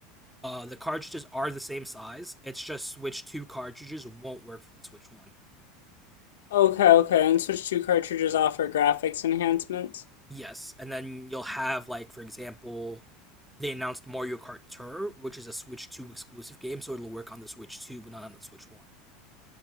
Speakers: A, in the centre; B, on the left.
A: Uh, the cartridges are the same size. It's just Switch 2 cartridges won't work for the Switch 1.
B: Okay, okay, and Switch 2 cartridges offer graphics enhancements.
A: Yes. And then you'll have, like, for example, they announced Mario Kart Tour, which is a Switch 2 exclusive game, so it'll work on the Switch 2, but not on the Switch 1.